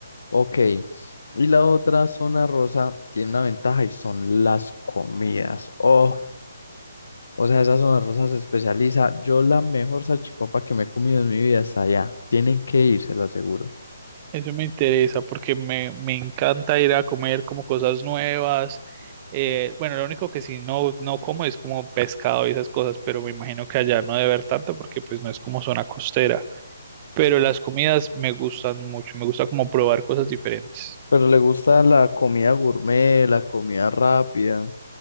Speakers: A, on the left; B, on the right.
A: Ok. Y la otra zona rosa tiene una ventaja y son las comidas. Oh, O sea, esa zona rosa se especializa. Yo la mejor salchipapa que me he comido en mi vida está allá. Tienen que ir, se lo aseguro.
B: Eso me interesa, porque me, me encanta ir a comer como cosas nuevas. Eh, bueno, lo único que sí no, no como es como pescado y esas cosas, pero me imagino que allá no debe haber tanto, porque pues no es como zona costera. pero las comidas me gustan mucho, me gusta como probar cosas diferentes.
A: Pero le gusta la comida gourmet, la comida rápida.